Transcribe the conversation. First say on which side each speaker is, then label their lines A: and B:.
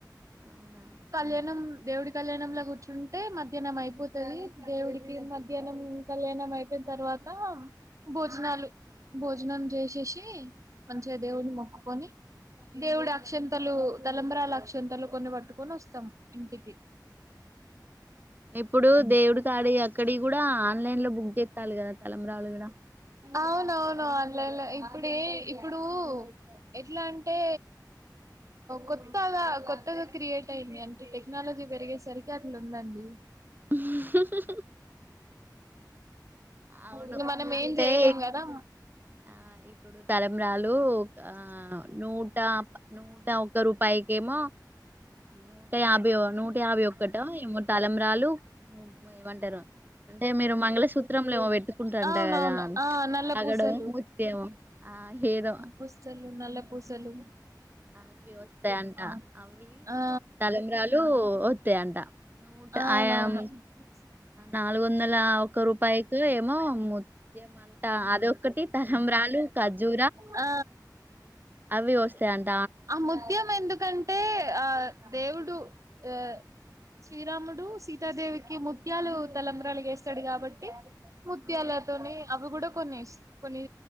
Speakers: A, on the right; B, on the right.
A: అవునా
B: కళ్యాణం దేవుడి కళ్యాణంలా కూర్చుంటే మధ్యాహ్నం అయిపోతది దేవుడికి మధ్యాహ్నం తుమ్ కళ్యాణం అయిపోయిన తరువాత భోజనాలు భోజనం చేసేసి మంచిగా దేవుని మొక్కుకొని దేవుడి అక్షంతలు తలంబరాల అక్షంతలు కొన్ని పట్టుకొని వస్తాం ఇంటికి
A: ఇప్పుడు
B: అంతే
A: దేవుడి కాడి ఈ అక్కడి ఈ కూడా ఆన్లైన్ లో బుక్ చేస్తాలు కదా తలంబ్రాలు కూడా
B: అవునవును ఆన్లైన్ లో ఇప్పుడే ఇప్పుడు ఎట్లా అంటే కొత్తగా కొత్తగా క్రియేట్ టైయింది అంటే టెక్నాలజీ పెరిగేసరికి అట్లు ఉంది అండి
A: <inaudible> అవును
B: ఇగ మనం
A: అంటే
B: ఏం చేయలేం కదా
A: ఆ ఇప్పుడు తలంబ్రాలు ఆ నూట నూట ఒక్క రూపాయికేమో నూట యాభై నూట యాభై ఒక్కట మో తలబరాలు ఏమంటారు అంటే మీరు మంగళసూత్రంలో మో పెట్టుకుంటంటా
B: అవునవును
A: కదా
B: ఆ నల్ల
A: తాగడం
B: పూసలు
A: ముతేమో ఆ హేద
B: పుస్తలు నల్ల పూసలు
A: అవి వస్తాయంట
B: ఆ
A: అవి
B: ఆ
A: తలంబ్రాలు వస్తాయంట
B: అవునవును
A: ఆయా నూ నాలుగు వందల ఒక రూపాయికి ఏమో ముత్య అంట అదోక్కటి తలంబ్రాలు కజజు
B: ఆ
A: అవి వస్తే అండి
B: ఆ ముత్యం ఎందుకంటే ఆ దేవుడు ఆ శ్రీరాముడు సీతా దేవికి ముత్యాలు తలంబ్రాలుగా స్తాడు కాబట్టి ముత్యాలతోనీ
A: ఆ
B: అవి కూడా కొన్ని కొన్ని